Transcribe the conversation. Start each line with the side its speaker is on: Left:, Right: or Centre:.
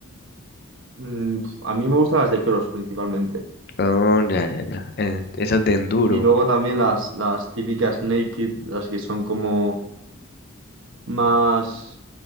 Right: Mm, pf, a mí me gustan las de cross principalmente.
Left: oh, ya, ya, ya, eh, esas de enduro.
Right: Y luego también las, las típicas naked, las que son como más